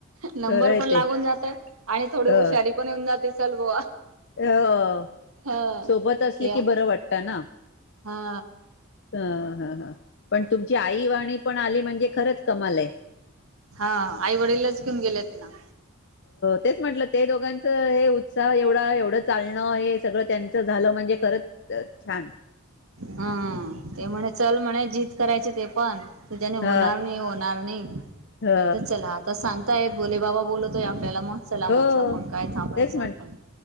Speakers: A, on the right; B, on the left.
A: नंबर
B: खरंय
A: पण लागून
B: ते
A: जातो. आणि थोडी
B: अ
A: उ पण येऊन जाते चल बुवा.
B: अ
A: ह
B: सोबत असले
A: या
B: की बर वाटत ना.
A: हा
B: अ हं हं पण तुमची आई वाणी पण आली म्हणजे खरच कमाल आहे.
A: हां आई वडीलच घेऊन गेले होते ना.
B: तेच म्हटल ते दोघांच हे उत्साह एवढा. एवढ चालण हे सगळ त्यां च झाल म्हणजे खरच छान.
A: हम्म ते म्हणे चल म्हणे जिद्द करायचे ते पण. तुझ्याने
B: ह
A: होणार नाही. होणार नाही. म्हटल
B: ह
A: चला आत आता सांगता येत भोलेबाबा बोलवतायेत आपल्याला. मग चला म्हटल
B: हो
A: मग. काय थांबायच
B: तेच
A: आपण.
B: म्हंटलं